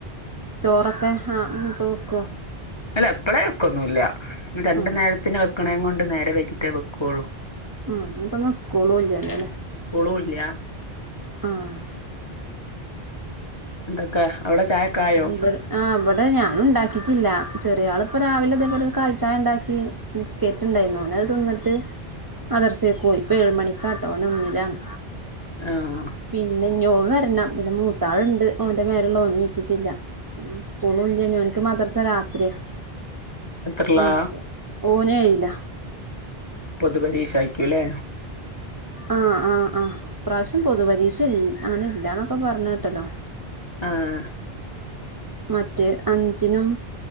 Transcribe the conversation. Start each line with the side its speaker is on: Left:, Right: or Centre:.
Right: ചോറൊക്കെ ആഹ് ഇനി ഇപ്പ വെക്കുവൊ
Left: അല്ല ഇപ്പളെ വെക്കൊന്നു ഇല്ല ഇ രണ്ടു
Right: ആഹ്
Left: നേരത്തിന് വെക്കണേ കൊണ്ട് നേരെ വയ്കിട്ടേ വെക്കുള്ളു
Right: ഉം ഇനി ഇപ്പൊ ഒന്നു സ്കൂളും ഇല്ലല്ലോ അല്ലേ
Left: കുളു ഇല്ല്യ
Right: ആഹ്
Left: എന്തൊക്കെ അവിടെ ചായക്കെ ആയോ
Right: ഇവിടെ ആ ഇബടെ ഞാനും ഉണ്ടാക്കിട്ടില്ല ചെറിയ ആളിപ്പം രാവിലെ തന്നെ ഇതേ പോലെ കാൽച്ചായ ഇണ്ടാക്കി ബിസ്കറ്റ് ഉണ്ടായിരുന്നു ഓന് അത് തിന്നിട്ട് മദർസേക്ക് പോയി ഇപ്പൊ ഏഴുമണിക്കാട്ടോ ഓന് ഒന്നിലാണ്
Left: ആഹ്
Right: പിന്നെ ഇഞോൻ വരണം പിന്നെ മൂത്താളുണ്ട് ഓന്റെ മേലെ ഉള്ളഓർ നീച്ചിട്ടില്ല ഉം <unintelligible> ഓൻക്ക് മദർസ രാത്രിയാ
Left: എത്രല്ലാ
Right: ആപ്പ് ഓനെ ഏഴില്ല
Left: പൊതുപരീക്ഷ അയ്ക്കൂല്ലേ
Right: ആഹ് ആഹ് ആഹ് ഈ പ്രാവശ്യം പൊതു പരീക്ഷ ഇ അങ്ങനെ ഇല്ലന്നൊക്കെ പറഞ് കേട്ടല്ലോ
Left: ആഹ്
Right: മറ്റേ അഞ്ചിനും